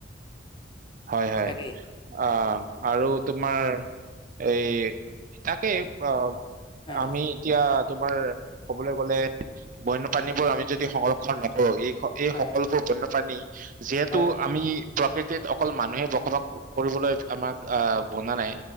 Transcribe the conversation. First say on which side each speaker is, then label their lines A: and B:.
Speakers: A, on the right (about 45°); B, on the left (about 25°).
A: হয় হয়
B: তাকেই
A: আহ আৰু তোমাৰ এই তাকে অ
B: হয়
A: আমি এতিয়া তোমাৰ কবলৈ গ'লে বন্যপ্ৰানী বোৰ আমি যদি সংৰক্ষন নকৰোঁ ই- এই
B: হয়
A: সকলোবোৰ
B: হয়
A: বন্যপ্ৰাণী যিহেতু
B: হয় হয় হয়
A: আমি। প্ৰকৃতিত। অকল মানুহে বসবাস কৰিবলৈ আমাক আহ বনা নাই।